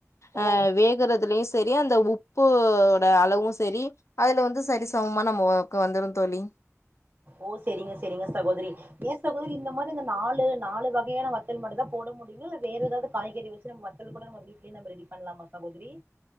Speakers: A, on the left; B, on the right.
A: அ
B: ஓ
A: வேகுறதுலயு செரி அந்த உப்போட அளவு செரி அதுல வந்து சரி சம மா நமக்கு வந்துரு தோழி
B: ஓ செரிங்க செரிங்க சகோதரி ஏ சகோதரி இந்த மாரி இந்த நாலு நாலு வகையான வத்தல் மட்டுதா போட முடியுங்கள இல்ல வேற ஏதாவது காய்கறி வச் சு நம்ம வத்தல் கூட நம்ம வீட்லயே நம்ம ரெடி பண்லாமா சகோதரி